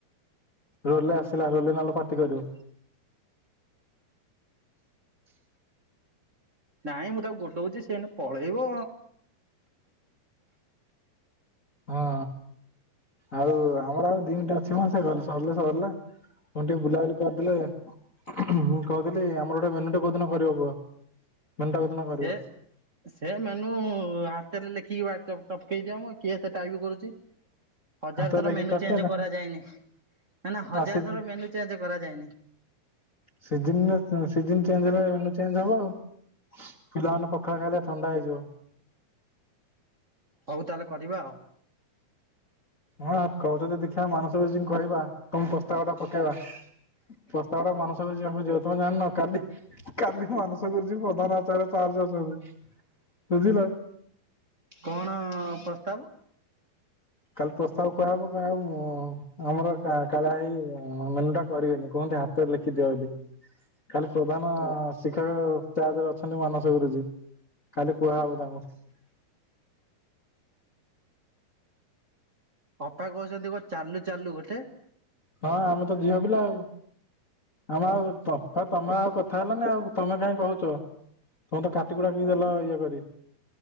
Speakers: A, on the left (about 25°); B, on the right (about 35°).
A: ରୋଲରେ ଆସିଲା ରୋଲେ ନହେଲେ ପାଟି କରିବ। <inaudible>
B: ନାଇଁ ମୁଁ ତାକୁ ଗୋଡ଼ଉଚି ସିଏ ଏଇନେ ପଳେଇବ।
A: ହଁ। ଆଉ ଆମର ଆଉ ଦି ମିନିଟ ଅଛି ମ ସେ ଗଲେ ସରିଲେ ସରିଲା। ହୁଁ ଟିକେ ବୁଲାବୁଲି କରିଦେଲେ ହୁଁ ହୁଁ ମୁଁ କୋହୁଥିଲି ଆମର ଗୋଟେ ଭେନୁଟେ କୋଉଦିନ କରିବ କୁହ? ମେନୁ ଟା କୋଉଦିନ କରିବ
B: ସେ ସେ ମେନୁ ଆର୍ ତେଲରେ ଲେଖିକି ବା ଚପ ଚପକେଇ ଦିଅମ କିଏ ଏତେ ଟାଇପ କରୁଚି। ହଜାରେ
A: ହାତରେ
B: ଥର
A: ଲେଖି
B: ମେନୁ
A: ଚଟକେଇଲା
B: ଚେଞ୍ଜ କରାଯାଏନି। ନା ନା ହଜାରେ
A: ଆଉ
B: ଥର ମେନୁ ଚେଞ୍ଜ କରାଯାଏନି।
A: ସିଜନର ଅ ସିଜନ ଚେଞ୍ଜ ହେଲା ବେଳେ ମେନୁ ଚେଞ୍ଜ ହବ ଆଉ। ପିଲାମାନେ ପଖାଳ ଖାଇଲେ ଥଣ୍ଡା ହେଇଯିବ।
B: ହୋଉ ତାହେଲେ କଢିବା ଆଉ।
A: ହଁ କରୁ ଯଦି ଦେଖିଆ ମାନସ ଗୁରୁଜୀଙ୍କୁ କହିବା। ତମ ପ୍ରସ୍ତାବଟା ପକେଇବା ପ୍ରସ୍ତାବଟା ମାନସ ଗୁରୁଜୀଙ୍କୁ ଯିବ। ତମେ ଜାଣିନ କାଲି କାଲି ମାନସ ଗୁରୁଜି ପ୍ରଧାନ ଆଚାର୍ଯ୍ୟର ଚାର୍ଜରେ ଅଛନ୍ତୁ। ବୁଝିଲ।
B: କଣ ପ୍ରସ୍ତାବ?
A: କାଲି ପ୍ରସ୍ତାବ କୁହାହବ କୁହାହବ ମୋ ମନର କା କାଲା ହେଇ ଏଁ ମେନୁଟା କରିବେନି କଁ ହେ ଏଟା ହାତରେ ଲେଖିଦିଅ ବୋଲି। କାଲି ପ୍ରଧାନ ଶିକ୍ଷକ ଚାର୍ଜରେ ଅଛନ୍ତି ମାନସ ଗୁରୁଜୀ କାଲି କୁହାହବ ଦମ
B: ଅପା କୋହୁଚନ୍ତି କ ଚାଲୁ ଚାଲୁ ଗୋଟେ।
A: ହଁ ଆମେ ତ ଝିଅ ପିଲା ଆଉ। ଆମେ ଆଉ ତ ଆଉ ତମେ ଆଉ କଥା ହେଲାନି ଆଉ ତମେ କାଇଁ କୋହୁଚ ତମେ ତ କାଟିକୁଟାକି ଦେଲ ଇଏ କରି।